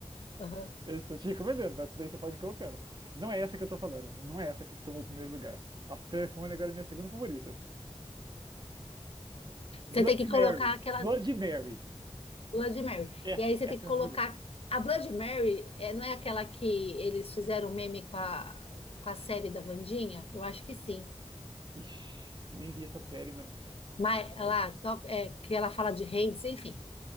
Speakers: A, on the left; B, on the right.
A: Aham.
B: Eu estou te recomendando, mas essa daí você pode ir colocando. Não é essa que eu tô falando. Não é essa que tomou o primeiro lugar. As telefone agora é minha segunda favorita. Bloody
A: Você tem que
B: Mary.
A: colocar aquela
B: Bloody Mary.
A: Blood Mary.
B: Essa,
A: E aí você
B: essa
A: tem que colocar.
B: é a minha favorita.
A: A Blood Mary é, não é aquela que eles fizeram meme com a, com a série da Wandinha? Eu acho que sim.
B: Ixi, eu nem vi essa série. Não.
A: Mas
B: Não
A: ela,
B: sei. cara.
A: to- é, que ela fala de reis, enfim.